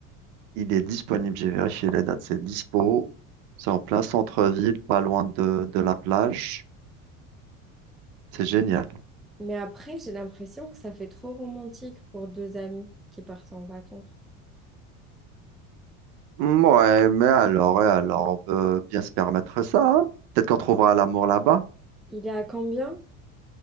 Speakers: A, on the right; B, in the centre.
A: il est disponible. J'ai vérifié les dates. C'est dispo. C'est en plein centre-ville, pas loin de, de la plage. C'est génial.
B: Mais après, j'ai l'impression que ça fait trop romantique pour deux amis qui partent en vacances.
A: Hmm, Ouais, mais alors, et alors, on peut bien se permettre ça. hein Peut-être qu'on trouvera l'amour là-bas.
B: Il est à combien?